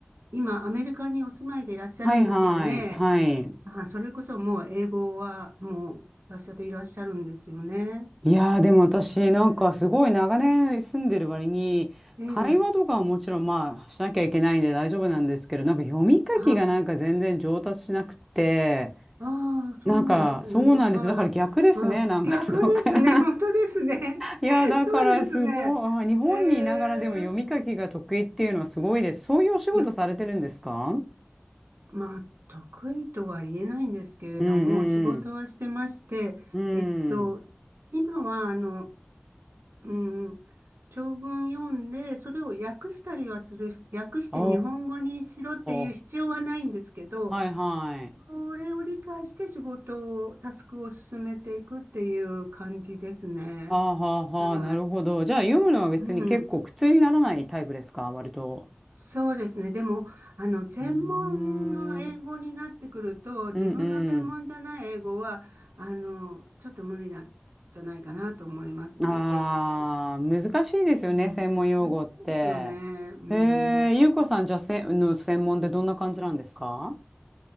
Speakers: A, on the right; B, in the centre.
A: 今、アメリカにお住まいでいらっしゃるんですよね。
B: はいはい。はい。
A: あ、それこそもう英語はもう達者でいらっしゃるんですよね。
B: いやー、でも私、なんかすごい長年住んでる割に、
A: ええ、
B: 会話とかはもちろんまあしなきゃいけないんで大丈夫なんですけど、
A: ええ
B: なんか読み書きがなんか全然上達しなくて、
A: あ、ああ、そうなんですね。
B: なんか、そうなんです。
A: はい。
B: だから逆ですね。
A: あ、
B: なんか
A: 逆ですね。
B: <laughs> すごく <laughs>
A: <laughs> 本当ですね。<laughs>
B: いや、だからすごい。
A: そうですね。
B: あ日本にいながらでも読み書きが得意っていうのはすごいです。
A: ええ、
B: そういうお仕事されてるんですか
A: いや、まあ、得意とは言えないんですけれども、
B: うんうん。
A: 仕事はしてまして、
B: うん。
A: えっと、今は、あの、うん、長文読んで、それを訳したりはする、訳して日本語にしろっていう必要はないんですけど、
B: おー。はいはい。
A: それを理解して仕事を、タスクを進めていくっていう感じですね。
B: はあはあはあ。
A: はい。
B: なるほど。じゃあ読むのは別に結構苦痛にならないタイプですか割と。
A: うん。そうですね。でも、あの、専門の英語になってくると、
B: うーん。
A: 自分の専門じゃない英語は、
B: うんうん。
A: あの、ちょっと無理なんじゃないかなと思いますね。
B: ああ、
A: 英語も。
B: 難しいですよね、
A: うん、
B: 専門用語って。
A: 難しいですよね。うん。
B: えー、ゆうこさん、じゃあ、せ、の専門でどんな感じなんですか